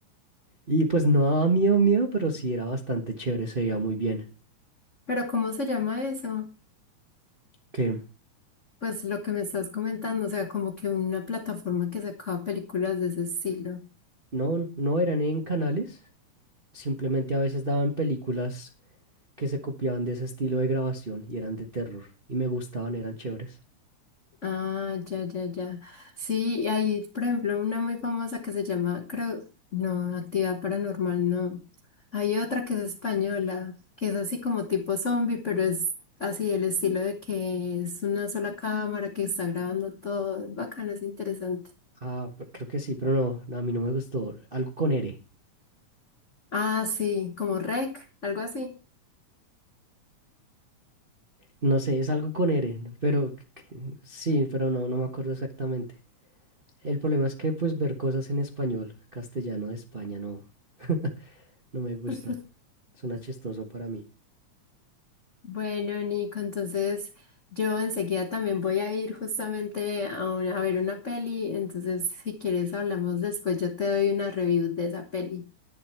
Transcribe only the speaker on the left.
Pero ¿cómo se llama eso?
Pues lo que me estás comentando, o sea, como que una plataforma que sacaba películas de ese estilo.
Ah, ya, ya, ya. Sí, y hay, por ejemplo, una muy famosa que se llama, creo, no, Actividad Paranormal, no. Hay otra que es española, que es así como tipo zombie, pero es así el estilo de que es una sola cámara que está grabando todo. Es bacano, es interesante.
Ah, sí, como Rec, algo así.
<laughs>
Bueno, Nico, entonces yo enseguida también voy a ir justamente a, una- a ver una peli, entonces si quieres hablamos después, yo te doy una review de esa peli.